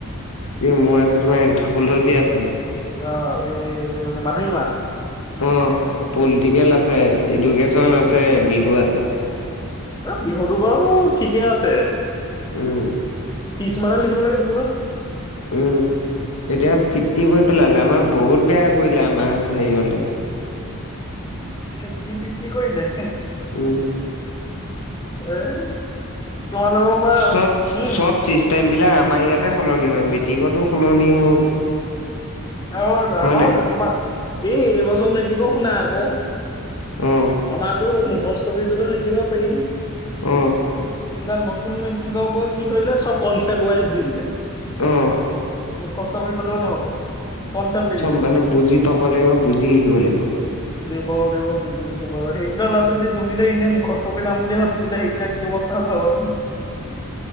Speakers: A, on the left (about 80°); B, on the left (about 20°).
A: কি মোৰ আছে তোমাৰ এন্থ্ৰপলজি আছে
B: অ এই গ মাধুই মাছ
A: অ পলিটিকেল আছে এডুকেশ্যন আছে বিহু আছে
B: বিহুতো বাৰু ঠিকে আছে
A: উম
B: ত্ৰিছ মানহে লিখিব লাগে বিহু
A: উম এতিয়া ফিফটি কৰি পেলালে আমাক বহুত বেয়া কৰিলে আমাৰ হেৰিয়লে
B: ফিফটি ফিফটি কৰিলে হে
A: উ
B: এই তোমালোকৰ পৰা
A: চব
B: উম
A: চব চিষ্টেম বিলাক আমাৰ ইয়াতে সলনি হয় মেট্ৰিকতো সলনি হ'ল
B: আহ তো
A: হয়
B: আমাৰ
A: নাই
B: থৈছো তোমাক এইবছৰ মেট্ৰিক শুনা আকৌ
A: অ
B: আমাৰো তো মুখস্থ কৰি লিখিব পাৰিম
A: অহঁ
B: কিবা নতুন নৈতিক ওপৰত কি কৰিলে চব কনচপ্ট ৱাইজ দিলে
A: অ
B: মুখস্থ কৰি গলেও নহব কনচেপ্ট লাগিব
A: চব মানে বুজি পাব লাগিব বুজি লিখিব লাগিব
B: ক দিবম সেইকেই লছে ই এনে মুখস্থ কৰি যাম বুলি ভাবিছিলে সেইকেইটা কি অৱস্থা হ ভাব <unintelligible> কচোন